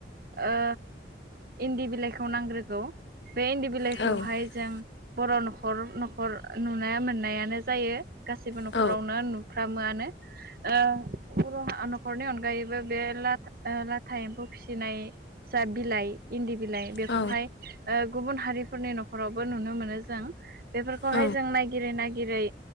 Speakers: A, on the right; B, on the left.
A: ओ इन्दि बिलाइखौ नांग्रोगौ। बे इन्दि बिलाइखौहाय
B: औ औ
A: जों बर' न'खर न'खर नुनो मोननायानो जायो। गासैबो न'खरावनो
B: औ
A: नुफ्रामोआनो। ओ बर' न'खरनि अनगायैबो बे ला-लाथा एम्फौ फिसिनाय जा बिलाइ इन्दि बिलाइ बेखौहाय
B: औ
A: ओ गुबुन हारिफोरनि न'खरावबो नुनो मोनो जों। बेफोरखौहाय
B: औ
A: जों नायगिरै नायागिरै